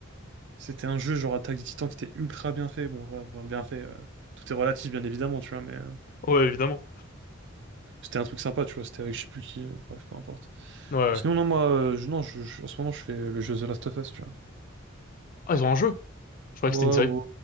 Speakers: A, on the right; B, on the left.
A: c'était un jeu genre Attaque des Titans qui était ultra bien fait. Bon, ouais, bon, bien fait, euh, tout est relatif, bien évidemment, tu vois, mais. euh,
B: Ouais, évidemment.
A: C'était un truc sympa, tu vois, c'était avec je sais plus qui, euh, bref, peu importe.
B: Ouais, ouais.
A: Mais sinon, non, moi, euh, je, non, je- je- en ce moment, je fais le jeu The Last of Us, tu vois.
B: Ah, ils ont un jeu. Je croyais
A: Ouais,
B: que c'était une série.
A: ouais.